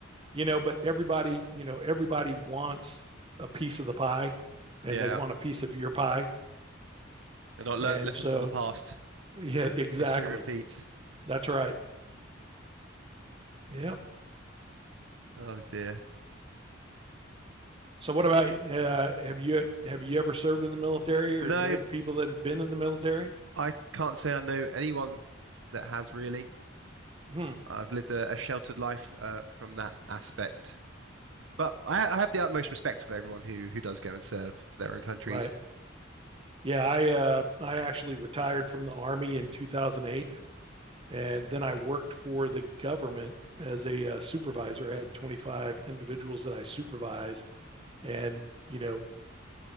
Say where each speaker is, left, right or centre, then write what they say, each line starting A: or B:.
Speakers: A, on the right; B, on the right.
A: you know, but everybody, you know, everybody wants a piece of the pie and
B: Yeah,
A: they want a piece of your pie.
B: And are not learn
A: And
B: lessons
A: so,
B: from the past.
A: yeah, exactly.
B: History repeats.
A: That's right. Yeah.
B: Oh dear.
A: So what about uh, have you have you ever served in the military or
B: No,
A: know people that have been in the military?
B: I can't say I know anyone that has really.
A: Hmm,
B: I've lived a, a sheltered life uh, from that aspect. But I, I have the utmost respect for everyone who who does go and serve for their own countries.
A: right. Yeah, I uh, I actually retired from the army in 2008 and then I worked for the government as a uh, supervisor. I had 25 individuals that I supervised and you know